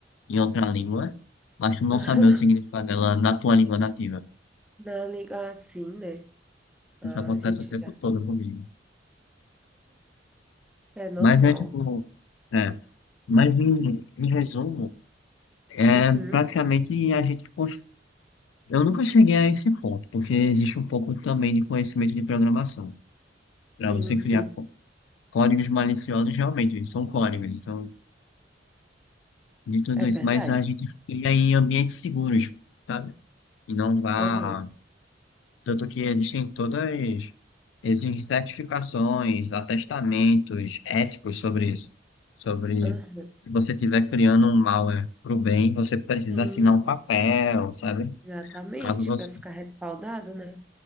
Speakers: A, on the left; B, in the centre.
A: em outra língua, mas tu não
B: <laughs> aham.
A: saber o significado dela na tua língua nativa.
B: Na liga, ah, sim, né? Ah,
A: Isso acontece
B: a gente
A: o tempo
B: já,
A: todo comigo.
B: é normal.
A: Mas é tipo, é, mas em, em resumo, é
B: Uhum,
A: praticamente a gente cons- Eu nunca cheguei a esse ponto, porque existe um pouco também de conhecimento de programação.
B: sim,
A: Para você criar
B: sim,
A: có- códigos maliciosos, realmente, eles são códigos, então, de tudo
B: é
A: isso.
B: verdade.
A: Mas a gente cria em ambientes seguros, sabe? E não vá
B: Aham,
A: Tanto que existem todas, existem certificações, atestamentos éticos sobre isso. Sobre
B: aham,
A: se você estiver criando um malware para o bem, você precisa
B: sim,
A: assinar um papel, sabe?
B: exatamente,
A: Caso você.
B: para ficar respaldado, né?